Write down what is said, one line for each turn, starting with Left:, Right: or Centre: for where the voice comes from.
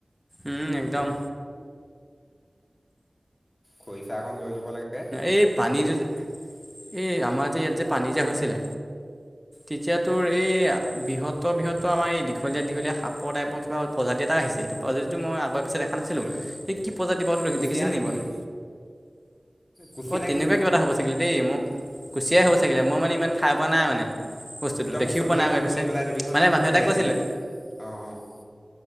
Centre: উম একদম
Left: খৰিচা অকণ লৈ ল'ব লাগে
Centre: এই পানীটো এই আমাৰ যে ইয়াত যে পানীজা হৈছিলে তেতিয়া তোৰ এই বৃহত্তৰ বৃহতৰ আমাৰ এই দীঘলীয়া দীঘলীয়া সাপৰ টাইপৰ কিবা প্ৰজাতি এটা আহিছে এইেইটো প্ৰজাতিটো মই আগত পিা দেখা নাছিলোঁ
Left: এইটো
Centre: সেই কি প্ৰজাতি ব
Left: কুচিয়া
Centre: দেখিছিল
Left: নেকি
Centre: নি মাৰুে
Left: কুচিয়া
Centre: অ
Left: নে
Centre: তেনেকুৱা
Left: কি
Centre: কিবা এটা হ'ব চাগে দেই মোৰ কুচিয়াই হ'ব চাগিলে মই মানে ইমান খাই পোৱা নাই মানে বস্তুটো
Left: তই
Centre: দেখিও
Left: মোক ছবি
Centre: পোৱা নাই
Left: এখন
Centre: আগৰে পিছে
Left: তুলি পেলাই দিবিহোন
Centre: মানে মানুহ এটাই
Left: মোবাইলটোতে
Centre: কৈছিলে
Left: অঁ অঁ <inaudible>